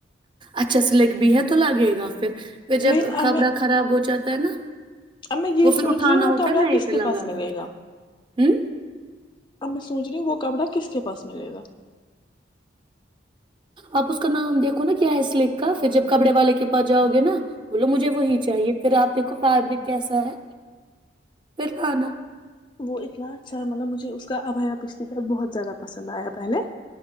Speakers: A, on the right; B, on the left.
A: اچھا سلیک بھی ہے تو لگے گا پھر پھر جب
B: لیکن اب
A: کپڑا
B: میں
A: خراب ہو جاتا ہے نا
B: اب میں یہ
A: وہ پھر
B: سوچ
A: اٹھانا
B: رہی ہوں وہ
A: ہوتا
B: کپڑا
A: ہے نا یہ
B: کس
A: پہ
B: کے
A: لگانا
B: پاس ملے
A: ہوتا
B: گا
A: ہے ہ
B: اب میں سوچ رہی ہوں وہ کپڑا کس کے پاس ملے گا
A: آپ اس کا نام دیکھو نا کیا ہے اسلیک کا پھر جب کپڑے والے کے پاس جاؤ گے نا بولو مجھے وہی چاہیے پھر آپ دیکھو فیبرک کیسا ہے پھر لا
B: وہ اتنا اچھا ہے مطلب مجھے اس کا ابھیا پشتی پہ بہت زیادہ پسند آیا پہلے